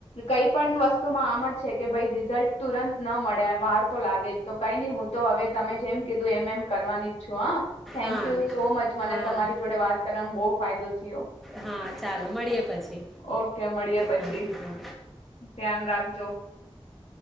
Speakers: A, on the left (about 80°); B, in the centre.
A: કઈ પણ વસ્તુમાં આમ જ છે કે ભાઈ રિઝલ્ટ તુરંત ન મળ્યા વાર તો લાગે જ તો કઈ નહી હું તો હવે તમે જેમ કીધું એમ એમ કરવાની ઈચ છું હા થેન્ક
B: હા
A: યુ સો મચ મને
B: હા
A: તમારી જોડે વાત કરવાનો બહુ ફાયદો થયો
B: હા ચાલો મળીએે પછી
A: ઓકે મળીએ પછી
B: હા હા.
A: ધ્યાન <inaudible>